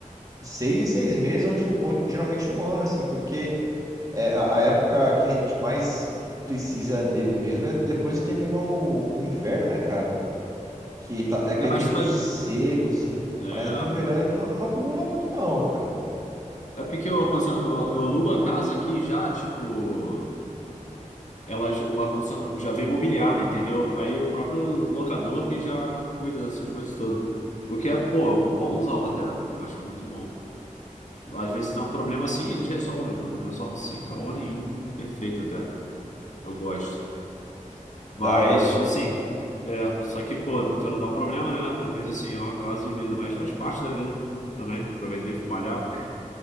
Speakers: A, on the right (about 25°); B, on the left (about 60°).
A: de seis em seis meses, ou, de, um, ou geralmente um ano, assim, porque. É, a, a época que a gente mais precisa dele mesmo é depois que termina o, o inverno, né, cara? Que tá, é aquele
B: É, mas
A: tempo
B: tu vai.
A: seco, assim.
B: É,
A: Mas aqui no verão ele não, não acumula muito, não, cara.
B: é porque que eu, acondicion- eu, eu alugo a casa aqui já, tipo, ela, j- o ar-condicionado já vem mobiliado, entendeu? Aí o próprio locador que já cuida dessas coisas todas. O que é, pô, bonzão até. Eu acho muito bom. Às vezes dá um problema assim, eles resolvem, mano. Resolve sem caô nenhum. Perfeito até. Eu gosto. Mas,
A: Da hora.
B: assim, é. Só que, pô, quando dá um problema, né? Às vezes, assim, é um atraso de vida, mas faz parte da vida também. Aproveitei e fui malhar.